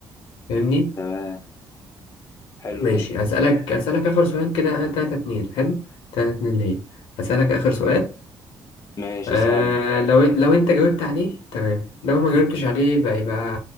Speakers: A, on the left; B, on the left.
A: فاهمني؟
B: تمام حلو
A: ماشي
B: جدا
A: هسألك هسألك آخر سؤال كده آه، تلاتة اتنين حلو تلاتة اتنين ليه هسألك آخر سؤال
B: ماشي
A: آه
B: اسالني
A: لو لو أنت جاوبت عليه تمام لو ما جاوبتش عليه بقى يبقى